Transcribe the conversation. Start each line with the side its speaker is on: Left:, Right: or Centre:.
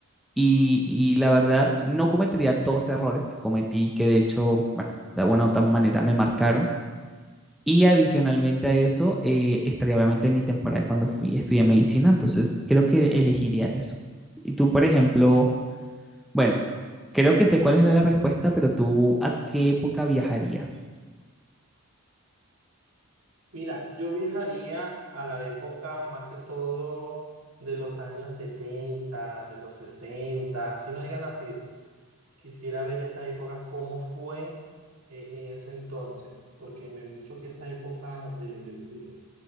Centre: Y, y la verdad, no cometería dos errores que cometí, que de hecho, bueno, de alguna u otra manera me marcaron. Y adicionalmente a eso, eh, estaría obviamente mi temporada cuando fui, estudié medicina, entonces creo que elegiría eso. Y tú, por ejemplo, bueno, creo que sé cuál es la respuesta, pero tú, ¿a qué época viajarías?
Right: Mira, yo viajaría a la época más que todo de los años 70, de los 60, así no haya nacido. Quisiera ver esa época, cómo fue eh, en ese entonces, porque me han dicho que esa época de, de, de,